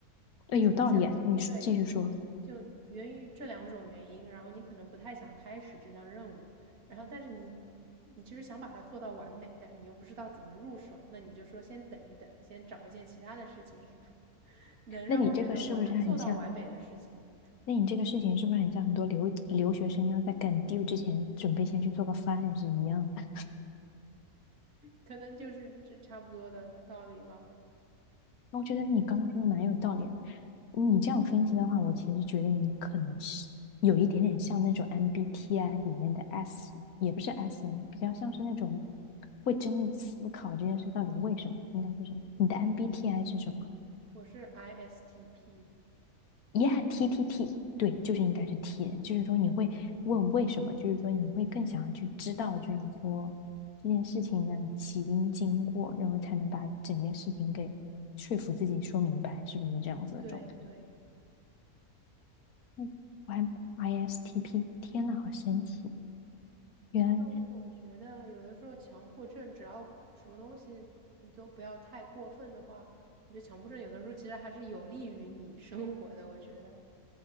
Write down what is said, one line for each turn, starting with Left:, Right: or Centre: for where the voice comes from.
Left: 哎，
Right: 就是你想，
Left: 有道理。你继续说，
Right: 对，就源于这两种原因，然后你可能不太想开始这项任务，然后但是你你其实想把它做到完美，但是你又不知道怎么入手，那你就说先等一等，先找一件其他的事情，<laughs> 能让我觉得我能做到完美的事情，
Left: 那你这个是不是很像？那你这个事情是不是很像很多留留学生要在赶 due 之前准备先去做个饭是一样的？
Right: 可能就是这差不多的道理吧。
Left: 我觉得你刚说的蛮有道理。你这样分析的话，我其实觉得你可能是有一点点像那种 MBTI 里面的 S，也不是 S n 比较像是那种会真的思考这件事到底为什么，应该是什么。你的 MBTI 是什么
Right: 我是 ISTP。
Left: ？Yeah，TTT，对，就是应该是 T 人，就是说你会问为什么，就是说你会更想要去知道，就是说这件事情的起因经过，然后才能把整件事情给说服自己说明白，是不是这样子的状态？
Right: 对对，
Left: 嗯，Y ISTP，天呐，好神奇！原来，
Right: 其实我觉得有的时候强迫症，只要什么东西你都不要太过分的话，我觉得强迫症有的时候其实还是有利于你生活的。我觉得，